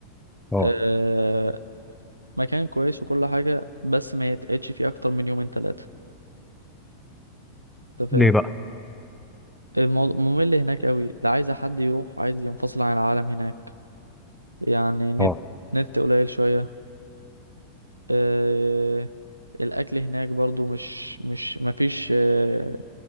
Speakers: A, in the centre; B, on the right.
A: اه
B: أه مكان كويس وكل حاجة بس ما يتقعدش فيه أكتر من يومين تلاتة أنت فاهم
A: ليه بقى
B: الموضوع ممل هناك قوي ده عايز حد يروح عايز ينفصل عن العالم هناك يعني نت
A: اه
B: نت قليل شوية آه، الاكل هناك برضو مش مش مفيش آه،